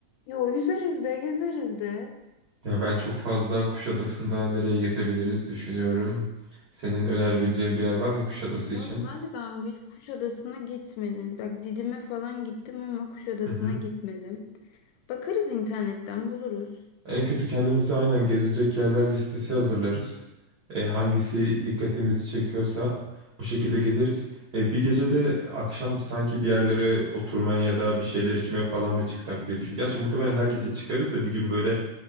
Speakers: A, on the left; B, on the right.
A: Yo yüzeriz de gezeriz de.
B: Ya ben çok fazla Kuşadası'nda nereye gezebiliriz düşünüyorum. Senin önerebileceğin bir yer var mı Kuşadası
A: Valla
B: için?
A: ben de daha önce hiç Kuşadası'na gitmedim. Bak Didim'e falan gittim ama Kuşadası'na
B: Hı hı.
A: gitmedim. Bakarız internetten buluruz.
B: En kötü kendimize aynen gezecek yerler listesi hazırlarız. E, hangisi dikkatimizi çekiyorsa o şekilde gezeriz. E, bir gece de akşam sanki bir yerlere oturmaya ya da bir şeyler içmeye falan mı çıksak diye düşün. Gerçi muhtemelen her gece çıkarız da bir gün böyle